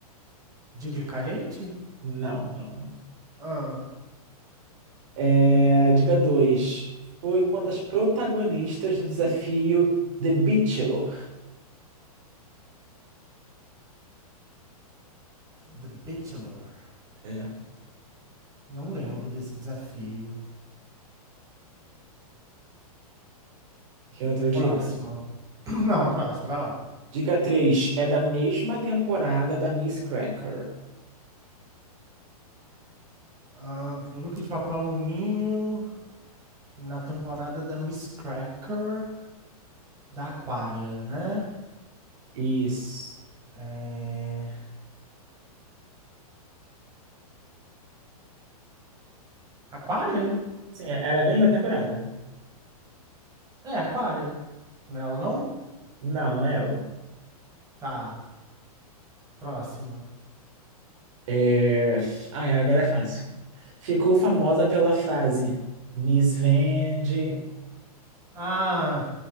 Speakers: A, on the right; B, on the right.
A: de glicalhente?
B: não, não, não.
A: Ah,
B: É... Dica 2. Foi uma das protagonistas do desafio The Bachelor.
A: The Bachelor.
B: É.
A: Não lembro desse desafio.
B: Quer outra dica?
A: Próxima. <clears throat> Não, próxima, vai lá.
B: Dica 3 é da mesma temporada da Miss Cracker.
A: Ah, look de papel alumínio na temporada da Miss Cracker da Aquária, né?
B: Isso.
A: É... Aquária?
B: Sim, ela ganhou a temporada.
A: É, Aquária. Não é ela, não?
B: Não, não é ela.
A: Tá, próxima.
B: É... Ah, é, agora é fácil. Ficou famosa pela frase Miss Vende.
A: Ah,